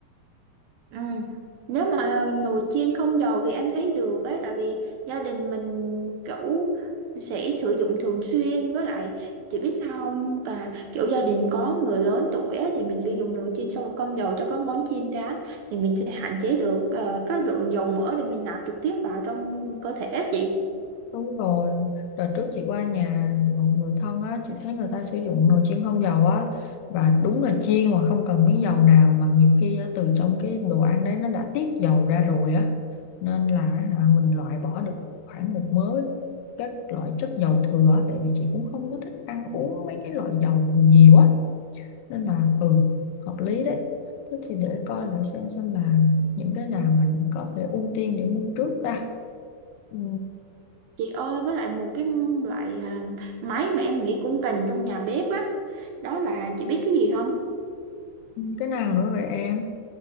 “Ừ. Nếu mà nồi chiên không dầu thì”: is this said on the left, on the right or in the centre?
Right